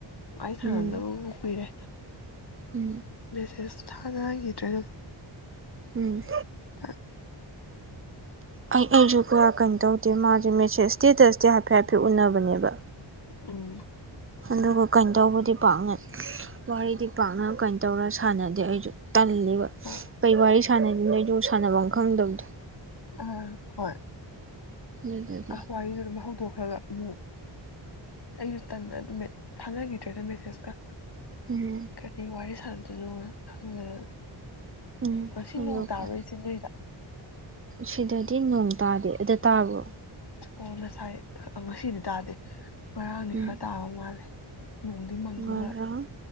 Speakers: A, on the left; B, on the right.
A: ꯑꯩ ꯁꯥꯟꯅꯗꯕ
B: ꯎꯝ
A: ꯀꯨꯏꯔꯦ
B: ꯎꯝ
A: ꯕꯤꯁꯦꯁ ꯊꯥꯅꯈꯤꯗ꯭ꯔꯦ ꯑꯗꯨꯝ
B: ꯎꯝ
A: ꯊ
B: ꯑꯩ ꯑꯩꯁꯨ ꯀꯌꯥ ꯀꯩꯅꯣ ꯇꯧꯗꯦ ꯃꯥꯁꯦ ꯃꯦꯦ ꯏꯁꯇꯦꯇꯁꯇꯤ ꯍꯥꯏꯐꯦꯠ ꯍꯥꯏꯐꯦꯠ ꯎꯅꯕꯅꯦꯕ
A: ꯎꯝ
B: ꯑꯗꯨꯒ ꯀꯩꯅꯣ ꯇꯧꯕꯗꯤ ꯄꯥꯛꯅ ꯋꯥꯔꯤꯗꯤ ꯄꯥꯛꯅ ꯀꯩꯅ ꯇꯧꯔ ꯁꯥꯟꯅꯗꯦ ꯑꯩꯁꯨ ꯇꯜꯂꯦꯕ
A: ꯍꯣꯏ
B: ꯀꯩ ꯋꯥꯔꯤ ꯁꯥꯟꯅꯗ ꯅꯩꯗꯣ ꯁꯥꯟꯅꯕ ꯑꯃ ꯈꯪꯗꯕꯗꯣ
A: ꯑ ꯍꯣꯏ
B: ꯑꯗꯨꯗꯒꯤ
A: ꯑꯍ ꯋꯥꯔꯤꯏ ꯑꯗꯨꯔꯝ ꯍꯧꯗꯣꯛ ꯈꯔꯒ ꯑꯃꯨꯛ ꯑꯩꯁꯨ ꯇꯝ ꯑꯗꯨꯝ ꯊꯥꯅꯈꯤꯗ꯭ꯔꯦꯗ ꯃꯦꯁꯦꯖꯀ
B: ꯎꯝ
A: ꯀꯔꯤ ꯋꯥꯔꯤꯏ ꯑꯗꯨꯗꯨ ꯈꯪꯅꯔꯦ
B: ꯎꯝ
A: ꯉ
B: ꯑꯗꯨꯒ
A: ꯅꯣꯡ ꯇꯥꯕꯣꯏ ꯆꯦ ꯅꯣꯏꯗ
B: ꯁꯤꯗꯗꯤ ꯅꯣꯡ ꯇꯥꯗꯦ ꯑꯗ ꯇꯥꯕ꯭ꯔꯣ
A: ꯑꯣ ꯉꯁꯥꯏ ꯉꯁꯤꯗꯤ ꯇꯥꯗꯦ ꯉꯔꯥꯡꯗꯤ
B: ꯎꯝ
A: ꯈꯔ ꯇꯥꯕ ꯃꯥꯜꯂꯦ ꯅꯣꯡꯗꯤ ꯃꯪꯉꯒ
B: ꯉꯔꯥꯡ